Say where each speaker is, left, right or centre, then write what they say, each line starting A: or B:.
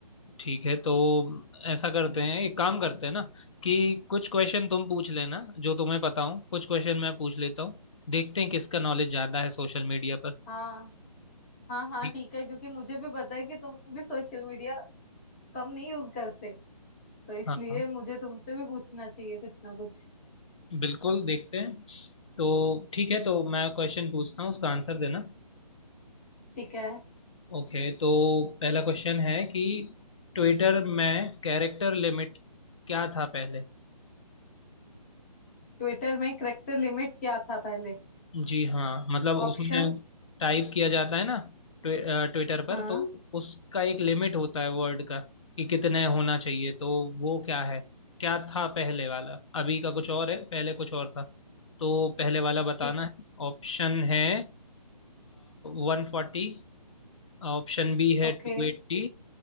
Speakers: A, on the left; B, on the left.
A: ठीक है तो ऐसा करते हैं एक काम करते हैं ना कि कुछ क्वेश्चन तुम पूछ लेना जो तुम्हें पता हो कुछ क्वेश्चन मैं पूछ लेता हूँ देखते हैं किसका नॉलेज ज्यादा है सोशल मीडिया पर
B: हाँ हाँ हाँ
A: ठीक
B: ठीक है क्योंकि मुझे भी पता है कि तुम भी सोशल मीडिया कम नहीं यूज करते तो इसलिए
A: हाँ हाँ
B: मुझे तुमसे भी पूछना चाहिए कुछ ना कुछ
A: बिल्कुल देखते हैं तो ठीक है तो मैं क्वेश्चन पूछता हूँ उसका आंसर देना
B: ठीक है
A: ओके तो पहला क्वेश्चन है कि ट्विटर में कैरेक्टर लिमिट क्या था पहले
B: ट्विटर में करेक्टर लिमिट क्या था पहले
A: जी हाँ मतलब उसमें
B: ऑप्शंस
A: टाइप किया जाता है ना ट्वि, ट्विटर पर
B: हाँ
A: तो उसका एक लिमिट होता है वर्ड का कि कितने होना चाहिए तो वो क्या है क्या था पहले वाला अभी का कुछ और है पहले कुछ और था तो पहले वाला बताना
B: ठीक
A: है ऑप्शन है वन फोर्टी ऑप्शन बी है
B: Okay
A: टू एट्टी